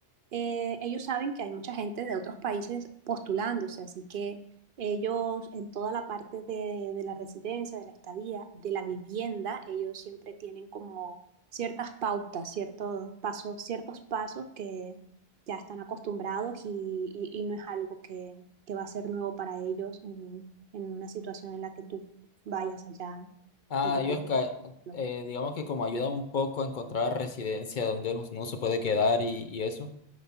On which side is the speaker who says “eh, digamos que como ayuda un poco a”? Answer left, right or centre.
Left